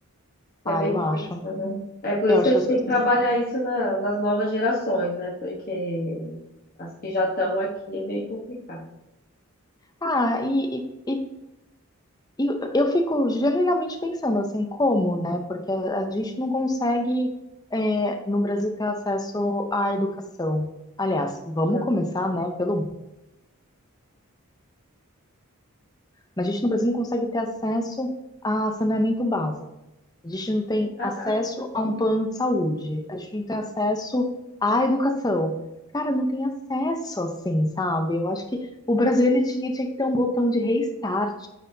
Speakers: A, on the left; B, on the left.
A: É
B: Ah,
A: bem
B: eu acho.
A: difícil, né? É por
B: Eu
A: isso
B: acho
A: que a gente
B: que as
A: tem
B: pessoas.
A: que trabalhar isso na- nas novas gerações, né? Porque as que já estão aqui é meio complicado.
B: Ah, e, e, e E eu eu fico genuinamente pensando assim, como, né? Porque a a gente não consegue, é, no Brasil, ter acesso à educação. Aliás, vamos
A: Não,
B: começar, né, pelo Mas a gente no Brasil não consegue ter acesso a saneamento básico. A gente não tem
A: tá
B: acesso
A: dado.
B: a um plano de saúde. A gente não tem acesso à educação. Cara, não tem acesso assim, sabe? Eu acho que o Brasil ele tinha, tinha que ter um botão de restart,